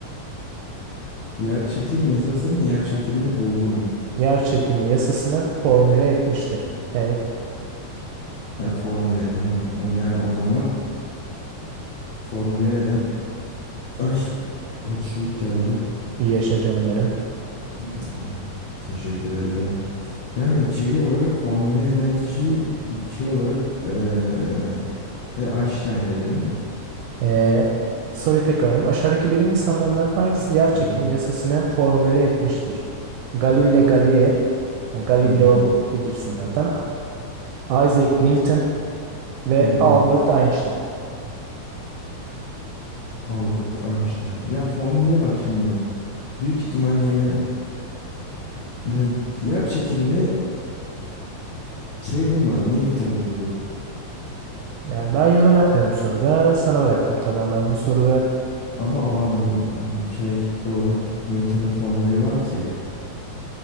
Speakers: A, on the left; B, on the right.
A: Yer çekim yasasının yer çekimini buldu mu?
B: Yer çekimi yasasını formüle etmiştir. Yani
A: Ya formüle tamam. O, yani o zaman formüle eden ay hapşuruk geldi.
B: iyi yaşa canım benim.
A: Ee, Teşekkür ederim. Yani şey olarak formüle eden kişi şey olarak eee e, Einstein dedin değil mi?
B: Ee, soruyu tekrarlayayım. Aşağıdaki bilim insanlarından hangisi yer çekimi
A: Hı hı.
B: yasasını formüle etmiştir? Galileo Galilei, yani Galileo
A: Hı hı.
B: bilirsin zaten. Isaac Newton ve
A: Hı hı.
B: Albert Einstein.
A: Albert Einstein. Ya formüle bak şimdi. Büyük ihtimal yine ve yer çekimini şey bulmadı. Newton buldu.
B: Yani ben yorum yapmıyorum soruda. Sana bıraktım tamamen bu soruda.
A: Ama aa Ni- şey doğru. Newton'un formülü var ki.